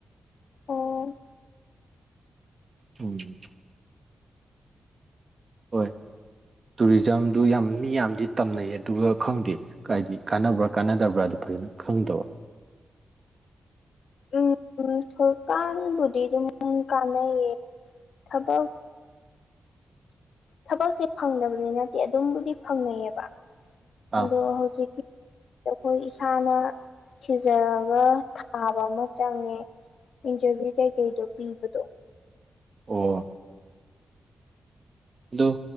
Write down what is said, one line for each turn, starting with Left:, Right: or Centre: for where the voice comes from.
Left: ꯑꯣ
Right: ꯎꯝ ꯍꯣꯏ ꯇꯨꯔꯤꯖꯝꯗꯨ ꯌꯥꯝ ꯃꯤ ꯌꯥꯝꯗꯤ ꯇꯝꯅꯩ ꯑꯗꯨꯒ ꯈꯪꯗꯦ ꯀꯗꯤ ꯀꯥꯟꯅꯕ꯭ꯔꯥ ꯀꯥꯟꯅꯗꯕ꯭ꯔꯥ ꯐꯖꯅ ꯈꯪꯗꯕ
Left: ꯎꯝ ꯁꯀꯥꯟꯕꯨꯗꯤꯗꯨ ꯀꯅꯩꯌꯦ ꯊꯕꯛ ꯊꯕꯛꯁꯦ ꯐꯪꯗꯕꯗꯤ ꯅꯠꯇꯦ ꯑꯗꯨꯝꯕꯨꯗꯤ ꯐꯪꯅꯩꯌꯦꯕ ꯑꯗꯣ
Right: ꯑꯥ
Left: ꯍꯧꯖꯤꯛꯀꯤ ꯑꯩꯈꯣꯏ ꯏꯁꯥꯅ ꯊꯤꯖꯔꯒ ꯊꯥꯕ ꯑꯃ ꯆꯪꯉꯦ ꯏꯟꯇꯔꯚꯤꯌꯨ ꯀꯩꯀꯩꯗꯣ ꯄꯤꯕꯗꯣ
Right: ꯑꯣ ꯑꯣ